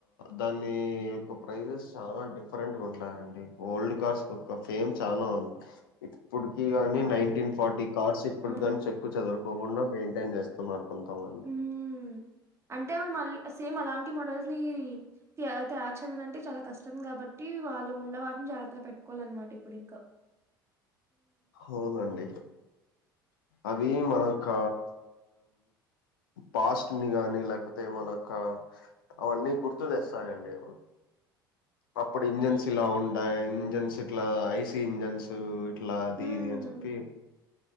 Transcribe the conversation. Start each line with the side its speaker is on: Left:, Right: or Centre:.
Left: దాని యొక్క ప్రైజెస్ చాలా డిఫరెంట్ ఉంటాయండి ఓల్డ్ కార్స్ కోక్క ఫేమ్ చాలా ఉంది ఇప్పుడుకి గాని
Right: ఆ!
Left: నైన్టీన్ ఫార్టీ కార్స్ ఇప్పుడు
Right: అవునా?
Left: గనీ చెక్కు చదరరు ఇకుండా మెయింటైన్ చేస్తున్నారు కొంతా పో
Right: హ్మ్. అంటే మళ్ళీ సేమ్ అలాంటి మోడల్స్ని తయారు చేయాలంటే చాలా కష్టం కాబట్టి వాళ్ళు ఉన్న వాటిని జాగ్రత్తగా పెట్టుకోవాలన్నమాట ఇప్పుడు ఇంకా
Left: అవునండి అవి మనయొక్క పాస్ట్ ని గాని లేకపోతే మనకి అవన్నీ గుర్తు తెస్తాారంండి అప్పుడు ఇంజిన్స్ ఇలా ఉంటాయి ఇంజిన్స్ ఇట్లా ఐసి ఇంజిన్స్ అట్లా అది
Right: హ్మ్.
Left: ఇది అని చెప్పి